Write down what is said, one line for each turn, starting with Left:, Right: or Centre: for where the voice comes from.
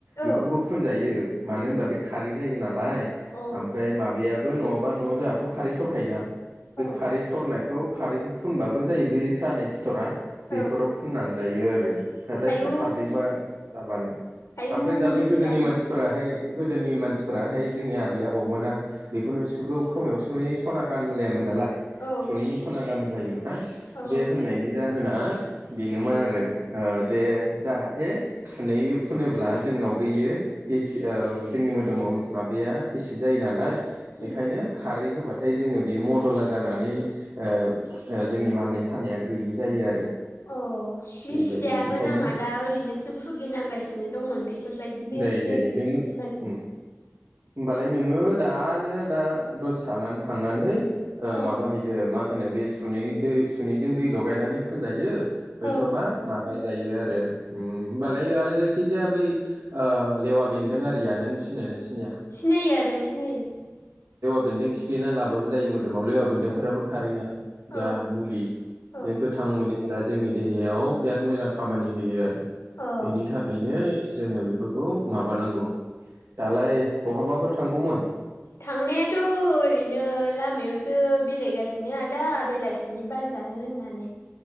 Left: औ
Right: बेखौबो फुनजायो मानो होनबा बे खारै जायो ना लाय
Left: अ
Right: आमफ्राय माबायाबो नङाबा न' जाथ' खारै सरखायोना बे
Left: औ
Right: खारै सनाय खौ खारैखौ फुनबाबो जायो बै जानाय सिथ'रा बेफोराव
Left: औ
Right: फुननानै लायो आरो जायखि
Left: आयौ
Right: खारदैबा जाबानो
Left: आयौ
Right: ओमफ्राय दालाय
Left: मिथिया
Right: गोदोनि मानसिफोराहाय गोदोनि
Left: उम
Right: मानसिफोराहाय जोंनि आबै - आबौमोना बेखौनो सुगौ खोमायाव सुङै सना गान होनलायामोन दालाय
Left: औ
Right: सुनैनि सना गान होनलायोमोन ना
Left: औ
Right: बे होननायनि जा होना बेनोमोन आरो जे जाहाथे सुनै फुनोब्ला जोंनाव जोंनि मोदोमाव माबाया इसिद जायो नालाय
Left: उम
Right: बेखायनो खारै होबाथाय जोङो बियो मदला जानानै जोंनि माननाय सानाया गैयि जायो आरो
Left: अ मिथियामोन
Right: बेबायदि बेखायनो
Left: आंहा दा ओरैनोसो भुगिनांगासिनो दंमोन बे बेफोरबायदि बे
Right: नै
Left: बे
Right: नै नों
Left: बेमारजों
Right: उम होमबालाय नोङो दानो दा दसे जानानै थांनानै
Left: औ
Right: माबाहैदो मा होनो बे सुनै दै सुनैजों दै लगायनानै फुनजायो हयथबा
Left: औ
Right: माबा जायो आरो होमबालाय आरो जायखिजाया बै लेवा बेन्दों आरिया नों सिनायना सिनाय
Left: सिनायो आदा सिनायो
Right: बेदों सिफ्लेना लाबो जायोमोन दाव लेवा बेदोंफोराबो
Left: औ
Right: खारै ना बिराद
Left: औ
Right: मुलि
Left: औ
Right: बे गोथां म फोर जोंनि देहायाव बिराद मोजां खामानि होयो आरो
Left: अ
Right: बेनि थाखायनो जोङो बेफोरखौ माबानांगौ दालाय बहाबाफोर थांगौमोन
Left: थांनायाथ' ओरैनो लामायावसो बेरायगासिनो आदा बेलासि सनि बार जानो होननानै